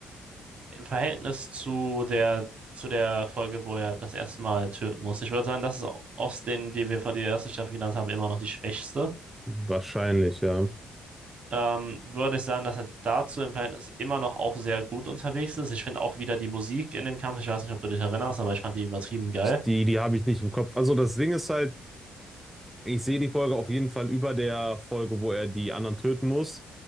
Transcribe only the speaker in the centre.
wahrscheinlich, ja.
Die, die habe ich nicht im Kopf. Also das Ding ist halt, Ich sehe die Folge auf jeden Fall über der Folge, wo er die anderen töten muss.